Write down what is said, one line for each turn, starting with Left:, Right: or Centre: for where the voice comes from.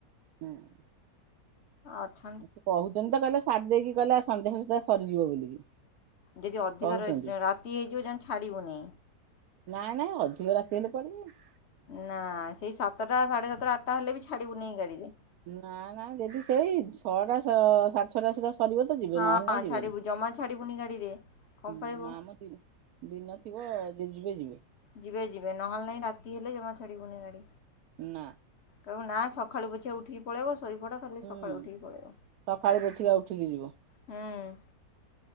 Right: <unintelligible>
Left: ଆଛ
Right: ସିଏ କହୁଛନ୍ତି ତ, କହିଲେ ସାରି ଦେଇକି, କହିଲା ସନ୍ଧ୍ୟା ସୁଦ୍ଧା ସରିଯିବ ବୋଲିକି।
Left: ଯଦି ଅଧିକ
Right: କହୁଛନ୍ତି
Left: ରାତି ହେଇଯିବ, ଯା ଛାଡ଼ିବୁନି।
Right: ନାଇଁ ନାଇଁ, ଅଧିକ ରାତି ହେଲେ କୁଆଡେ ଯିବେ?
Left: ନା, ସେଇ ସାତଟା, ସାଢ଼େ ସାତଟା ଆଟା ହେଲେ ବି, ଛାଡ଼ିବୁନି ଗାଡିରେ।
Right: ନା ନା, ଯଦି ସେଇ ଛଅଟା ସାଢେ ଛଅଟା ସୁଦ୍ଧା ସରିବ ତ ଯିବେ
Left: ହଁ
Right: ନହେଲେ ନାଇଁ ଯିବେନି
Left: ଛାଡ଼ିବୁ, ଜମା ଛାଡ଼ିବୁନି ଗାଡ଼ିରେ, କଣ
Right: ହୁଁ
Left: ପାଇବୁ?
Right: ନା ମ ଦିନ ଥିବ, ଯଦି ଯିବେ ଯିବେ।
Left: ଯିବେ ଯିବେ, ନହେଲେ ନାହିଁ, ରାତି ହେଲେ ଜମା ଛାଡ଼ିବୁନି ଗାଡ଼ି।
Right: ନା
Left: କହିବୁ ନା, ସକାଳୁ ପଛିକା ଉଠିକି ପଳେଇବ, ଶୋଇପଡ଼ ଖାଲି
Right: ହୁଁ,
Left: ସକାଳୁ ଉଠିକି ପଳେଇବ
Right: ସକାଳୁ ପଛିକା ଉଠିକି ଯିବ।
Left: ହଁ ଅ।